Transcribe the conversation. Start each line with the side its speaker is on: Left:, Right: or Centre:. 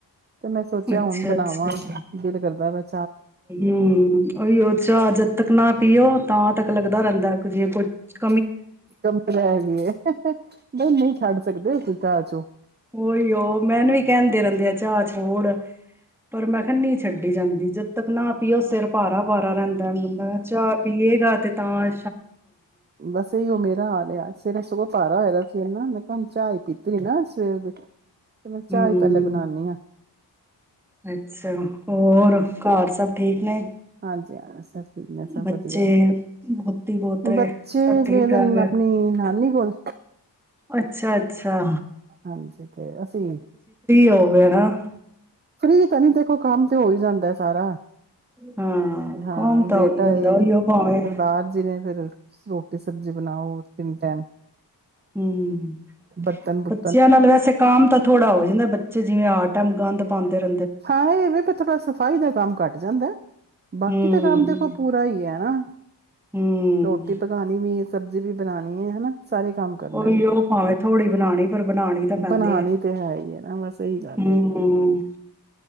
Right: ਤੇ ਮੈਂ ਸੋਚਿਆ
Centre: ਅੱਛਾ
Right: ਹੁਨ ਬਨਾਵਾਂ,
Centre: ਅੱਛਾ
Right: ਦਿਲ ਕਰਦਾ ਪੇਆ।
Centre: ਹੂੰ, ਔਈਔ ਚਾਹ ਜਦ ਤੱਕ ਨਾ ਪੀਓ ਤਾਂ ਤੱਕ ਲੱਗਦਾ ਰਹਿੰਦੈ। <unintelligible>
Right: <unintelligible> ਵੀ ਹੈ ਨਈਂ-ਨਈਂ, ਛੱਡ ਸਕਦੇ ਤੁਸੀਂ ਚਾ ਚੂ
Centre: ਔਈਔ ਮੈਂਨੂੰ ਵੀ ਕੈਂਦੇ ਰੇਂਦੇ ਆ ਚਾਹ ਛੋੜ ਪਰ ਮੈਂ ਕਿਹਾ ਨਹੀਂ ਛੱਡ ਜਾਂਦੀ ਜਦ ਤੱਕ ਨਾ ਪੀਓ ਸੇਰ ਭਾਰਾ ਭਾਰਾ ਰੇਂਦੈ ਬੰਦਾ ਚਾਹ ਪੀਏਗਾ ਤੇ ਤਾਂ ਹਾਂ
Right: ਬਾਸ ਏਈਔ ਮੇਰ ਨਾ ਲਿਆ ਸਵੇਰੇ ਸਗੋਂ ਭਾਰਾ ਹੋਏ ਦਾ ਸਿਰ ਨਾ ਮੈਂ ਕਿਹਾ ਹੁਨ ਚਾ ਈ ਪੀਤੀ ਏ ਨਾ ਸਵੇਰ ਦੀ ਤੇ ਮੈਂ ਚਾਹ
Centre: ਹੂੰ,
Right: ਈ ਪੈਲੇ ਬਨਾਨੀ ਆਂ
Centre: ਅੱਛਾ ਹੋਰ ਘਰ ਸਭ ਠੀਕ ਨੇ
Right: ਹਾਂਜੀ ਹਾਂ ਸਭ ਠੀਕ ਨੇ ਸਭ
Centre: ਬੱਚੇ,
Right: ਵਧੀਆ ਨੇ
Centre: ਪੋਤੀ, ਪੋਤਰੇ
Right: ਬੱਚੇ
Centre: ਸਭ ਠੀਕ
Right: ਗਏ ਦੇ
Centre: ਠਾਕ
Right: ਨੇ
Centre: ਹੈ?
Right: ਆਪਣੀ ਨਾਨੀ ਕੋਲ
Centre: ਅੱਛਾ-ਅੱਛਾ।
Right: ਹਾਂਜੀ ਤੇ ਅਸੀਂ,
Centre: ਹੋਗੇ ਨਾ
Right: ਫ੍ਰੀ ਤਾਂ ਨੀ ਦੇਖੋ ਕੰਮ ਤੇ ਔ ਹੋਈ ਜਾਂਦਾ ਏ ਸਾਰਾ
Centre: ਹਾਂ
Right: ਹਾਂ
Centre: ਕੌਮ ਤਾਂ
Right: ਬੇਟਾ
Centre: ਹੋ ਹੀ ਜਾਂਦਾ
Right: ਏ,
Centre: ਉਹੀ ਉਹ ਭਾਵੇਂ
Right: ਸਰਦਾਰ ਜੀ ਨੇ ਫੇਰ। ਰੋਟੀ ਸਬਜੀ ਬਣਾਓ ਤਿੰਨ ਟੇਮ।
Centre: ਹਮ
Right: ਬਰਤਨ ਬੂਰ
Centre: ਬੱਚਿਆਂ ਨਾਲ ਵੈਸੇ ਕੰਮ ਤਾਂ ਥੋੜਾ ਹੋ ਜਾਂਦੇ। ਬੱਚੇ ਜਿਵੇਂ ਹਰ ਟੇਮ ਗੰਦ ਪਾਂਦ ਦਰ
Right: ਹਾਂ ਇਹ ਵੇ ਵੀ ਥੋੜਾ ਸਫ਼ਾਈ ਦਾ ਕੰਮ ਘੱਟ ਜਾਂਦਾ ਐ। ਬਾਕੀ
Centre: ਹਮ
Right: ਤੇ ਕੰਮ ਦੇਖੋ ਪੂਰਾ ਈ ਐ ਨਾ।
Centre: ਹਮ
Right: ਰੋਟੀ ਪਕਾਣੀ ਵੀ, ਸਬਜ਼ੀ ਵੀ ਬਨਾਨੀ ਏ ਹਨਾ ਸਾਰੇ ਕੰਮ ਕਰਨੇ
Centre: ਔਈਔ
Right: ਨੇ।
Centre: ਭਾਵੇਂ ਥੋੜੀ ਬਨਾਣੀ, ਪਰ ਬਨਾਣੀ ਤਾਂ ਪੈਂਦੀ
Right: ਬਣਾਣੀ
Centre: ਏ।
Right: ਤੇ ਹੈ ਈ ਏ ਨਾ, ਬਸ ਇਹੀ ਗੱਲ
Centre: ਹੰ!
Right: ਹੈਗੀ ਏ।